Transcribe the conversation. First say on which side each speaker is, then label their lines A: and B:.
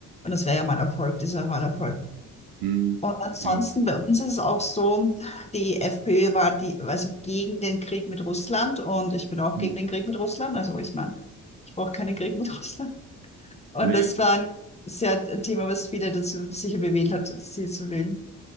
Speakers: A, on the left (about 15°); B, on the right (about 60°).
A: das wäre ja mal Erfolg, dieser Wahlerfolg.
B: Hm.
A: Und ansonsten
B: Ja.
A: bei uns ist es auch so, die FPÖ war die, also gegen den Krieg mit Russland und ich bin auch
B: Hm.
A: gegen den Krieg mit Russland. Also ich meine, ich brauche keinen Krieg mit Russland. Und
B: Nee,
A: das war ein, sehr ein Thema, was viele dazu sicher bewegt hat, sie zu wählen.